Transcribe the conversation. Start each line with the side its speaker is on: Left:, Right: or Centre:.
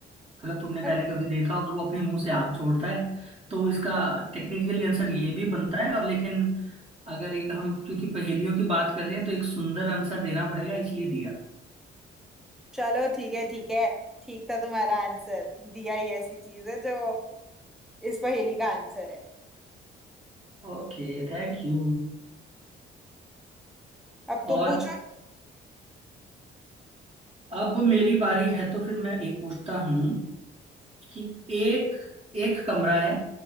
Right: अगर तुमने
Centre: अ-
Right: पहले कभी देखा और वो अपने मुंह से आग छोड़ता है तो इसका टेक्निकली आंसर ये भी बनता है और लेकिन अगर एक हम क्योंकि पहेलियों की बात कर रहे हैं तो एक सुंदर आंसर देना पड़ेगा इसलिए दिया
Centre: चलो ठीक है ठीक है ठीक था तुम्हारा आंसर दिया ही ऐसी चीज है जो इस पहेली का आंसर है
Right: Okay thank you
Centre: अब
Right: और
Centre: तुम पूछो
Right: अब मेरी बारी है तो फिर मैं एक पूछता हूँ कि एक एक कमरा है